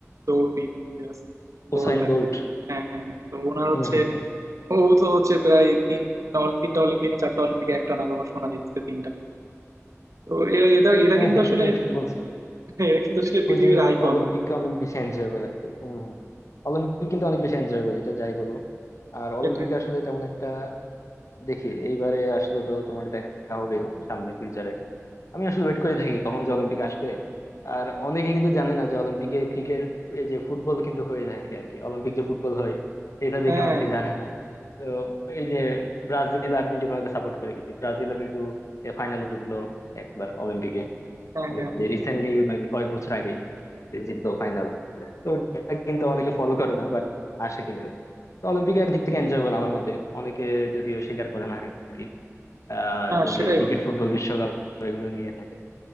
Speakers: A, on the right; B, on the left.
A: দৌড়বিদ যে আছে
B: Usain
A: বোল্ট আর
B: bolt
A: কি হ্যাঁ হ্যাঁ হ্যাঁ তো ওনার
B: হুম
A: হচ্ছে
B: হুম হুম
A: ও তো হচ্ছে প্রায় তিন অল- তিনটা অলিম্পিকে চারটা অলিম্পিকে একটা না তোমার সোনা জিতছে তিনটা করে। তো এরা এরা এরা
B: হ্যাঁ
A: কিন্তু
B: হ্যাঁ
A: আসলে
B: এটা ঠিক বলছো
A: এরা কিন্তু আসলে পৃথিবীর
B: ওই যে
A: আইকন
B: অলিম্পিককে অনেক বেশি এনজয়েবল আর কি হুম হুম অলিম্পিক কিন্তু অনেক বেশি এনজয়েবল এটা যাই বলো আর অলিম্পিক
A: সেটাই
B: আসলে তেমন একটা দেখি এইবারে আসলে তো তোমার দেখা হবে সামনে ফিউচারে আমি আসলে ওয়েট করে থাকি কখন যে অলিম্পিক আসবে আর অনেকে কিন্তু জানে না যে অলিম্পিকে ক্রিকেট এই যে ফুটবল কিন্তু হয়ে থাকে আর কি অলিম্পিক যে ফুটবল হয় এটা দেখে
A: হ্যাঁ
B: অনেকে জানে না তো এই যে ব্রাজিল আর্জেন্টিনাকে সাপোর্ট করে কিন্তু ব্রাজিলও কিন্তু ফাইনাল উঠলো একবার অলিম্পিকে
A: হ্যাঁ
B: ওই
A: হ্যাঁ হ্যাঁ
B: যে রিসেন্টলি মানে কয়েক বছর আগে জিতলো ফাইনাল তো ওটা কিন্তু অনেকে ফলো করে না বাট আসে কিন্তু তো অলিম্পিকে একদিক থেকে এনজয় করা আমার মতে অনেকে যদিও স্বীকার করে না আর কি আহ
A: হ্যাঁ,
B: যদিও
A: সেটাই
B: ক্রিকেট
A: বন্ধু
B: ফুটবল বিশ্বকাপ এগুলো নিয়ে থাকে